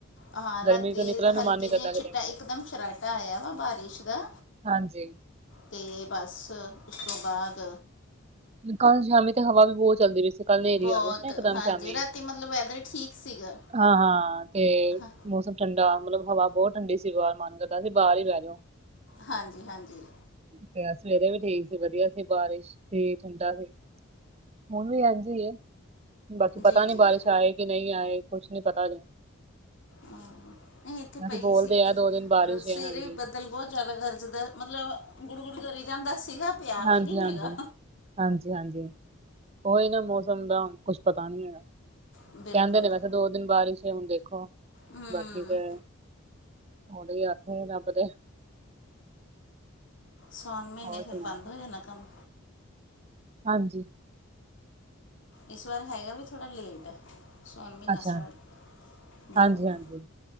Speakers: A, on the left; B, on the right.
A: ਹਾਂ, ਰਾਤੀ
B: ਗਰਮੀ ਤੋਂ ਨਿਕਲਣ ਨੂੰ
A: ਹਲਕੀ
B: ਮਨ ਨੀ ਕਰਦਾ
A: ਜੀਆ ਛਿੱਟਾ
B: ਕਿਤੇ
A: ਇਕਦਮ ਸ਼ਰਾਟਾ ਆਇਆ ਵਾ ਬਾਰਿਸ਼ ਦਾ।
B: ਹਾਂਜੀ।
A: ਤੇ ਬਸ, ਉਸ ਤੋਂ ਬਾਅਦ
B: ਕਲ ਸ਼ਾਮੀ ਤੇ, ਹਵਾ ਵੀ ਬਹੁਤ ਚੱਲਦੀ ਪਈ ਸੀ। ਕੱਲ ਹਨੇਰੀ
A: ਬੌਤ,
B: ਆ ਗਈ ਸੀ ਨਾ ਇਕਦਮ
A: ਹਾਂਜੀ,
B: ਸ਼ਾਮੀ
A: ਰਾਤੀ ਮਤਲਬ ਵੈਦਰ ਠੀਕ ਸੀਗਾ।
B: ਹਾਂ, ਤੇ
A: ਹਾਂ-
B: ਮੌਸਮ ਠੰਡਾ, ਮਤਲਬ ਹਵਾ ਬਹੁਤ ਠੰਡੀ ਸੀ ਬਾਹਰ ਮਨ ਕਰਦਾ ਸੀ, ਬਾਹਰ ਈ ਬਹਿਜੋ।
A: ਹਾਂਜੀ-ਹਾਂਜੀ।
B: ਤੇ ਅੱਜ ਸਵੇਰੇ ਵੀ ਠੀਕ ਸੀ, ਵਧੀਆ ਸੀ ਬਾਰਿਸ਼। ਸਵੇਰੇ ਠੰਡਾ ਸੀ, ਹੁਣ ਵੀ ਐਂਝ ਐ। ਬਾਕੀ
A: ਜੀ
B: ਪਤਾ
A: ਜੀ
B: ਨਹੀਂ ਬਾਰਿਸ਼ ਆਏ ਕਿ ਨਹੀਂ ਆਏ ਕੁਛ ਨਹੀਂ ਪਤਾ ਹਜੇ।
A: ਹਾਂ, ਨਹੀਂ ਇੱਥੇ
B: ਵੈਸੇ
A: ਪਈ
B: ਬੋਲਦੇ
A: ਸੀਗੀ
B: ਆ ਦੋ ਦਿਨ ਬਾਰਿਸ਼
A: ਪਰ ਸਵੇਰੇ
B: ਹੈ ਹਾਂਜੀ
A: ਵੀ ਬੱਦਲ ਬਹੁਤ ਜ਼ਿਆਦਾ ਗਰਜਦਾ ਮਤਲਬ ਗੁੜੂ ਗੁੜੂ ਕਰੀ ਜਾਂਦਾ ਸੀਗਾ। ਪਿਆ
B: ਹਾਂਜੀ
A: ਵੀ ਨਹੀਂ
B: ਹਾਂਜੀ।
A: ਹੈਗਾ
B: ਹਾਂਜੀ ਹਾਂਜੀ, ਉਹੀ ਨਾ ਮੌਸਮ ਦਾ ਹੁਣ ਕੁਛ ਪਤਾ ਨਹੀਂ ਹੈਗਾ। ਕਹਿੰਦੇ
A: ਬਿਲਕੁਲ
B: ਨੇ ਵੈਸੇ ਦੋ ਦਿਨ ਬਾਰਿਸ਼ ਹੁਣ ਦੇਖੋ,
A: ਹਮ
B: ਬਾਕੀ ਤੇ ਉਹਦੇ ਹੀ ਹੱਥ ਏ ਰੱਬ ਦੇ।
A: ਸੌਣ ਮਹੀਨੇ
B: ਹੋਰ
A: ਫਿਰ
B: ਸੁਣਾ
A: ਬੰਦ ਹੋ ਜਾਣਾ ਕੰਮ।
B: ਹਾਂਜੀ।
A: ਇਸ ਵਾਰ ਹੈਗਾ ਵੀ ਥੋੜ੍ਹਾ ਲੇਟ ਆ। ਸੌਣ ਮਹੀਨਾ
B: ਅੱਛਾ
A: ਸਟਾਟ ਹੂੰ।
B: ਹਾਂਜੀ ਹਾਂਜੀ